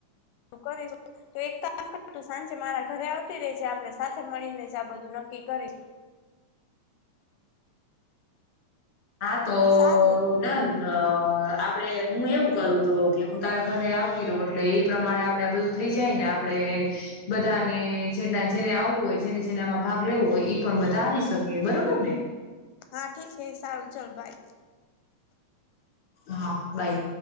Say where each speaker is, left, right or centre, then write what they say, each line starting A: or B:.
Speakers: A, on the left; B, on the left.
A: <unintelligible> તો એક કામ કર તું સાંજે મારા ઘરે આવતી રેહજે આપડે સાથે મળીને જ આ બધું નક્કી કરીશ.
B: હા તો
A: સારું
B: ડન. અ આપડે હું એવું કરું તો કે હું તારા ઘરે આવતી રવ એટલે ઈ પ્રમાણે આપ આપડે આ બધું થઈ જાય ને આપણેે બધાને જેટલા જેને આવવું હોય જેને જેનામાં ભાગ લેવો હોય ઈ પણ બધા આવી શકે બરોબર ને.
A: હા ઠીક હે સારું ચાલ બાય.
B: હા બાય.